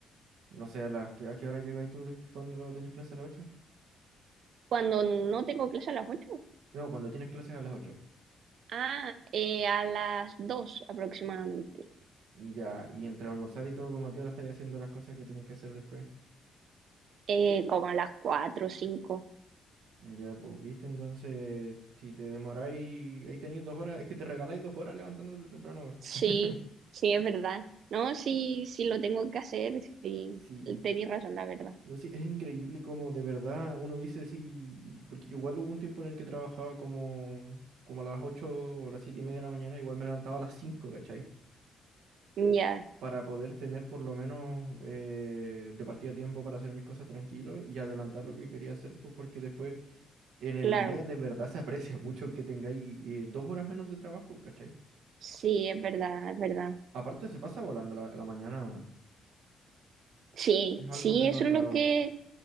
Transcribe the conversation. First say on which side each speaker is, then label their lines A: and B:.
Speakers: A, on the right; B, on the right.
A: No sé, a las... ¿qué- ¿A qué hora llegáis tú después cuando lo tenéis clase a las ocho
B: Cuando no tengo clase a las ocho
A: No, cuando tienes clases a las ocho
B: ah, eh, a las 2 aproximadamente,
A: Y ya, y entre almorzar y todo, como a qué hora estáis haciendo las cosas que tenéis que hacer después.
B: eh, como a las cuatro o cinco
A: Ya, pues, viste, entonces, si te demoráis, ahí tenéis dos horas, es que te regaláis dos horas levantándote temprano, weón.
B: Sí,
A: <laughs>
B: sí, es verdad. No, sí, sí lo tengo que hacer, sí,
A: Sí,
B: tenéis razón, la verdad.
A: no, sí, es increíble como de verdad uno dice sí, porque yo igual hubo un tiempo en el que trabajaba como, como a las 8 o las 7 y media de la mañana, igual me levantaba a las 5, ¿cachai?
B: Ya,
A: Para poder tener por lo menos eh, de partida tiempo para hacer mis cosas tranquilo y adelantar lo que quería hacer, pues porque después en el
B: claro.
A: día de verdad se aprecia mucho que tengáis eh, dos horas menos de trabajo, ¿cachai?
B: Sí, es verdad, es verdad.
A: Aparte se pasa volando la, la mañana, weón.
B: Sí,
A: Es algo
B: sí,
A: que he notado.
B: eso es lo que,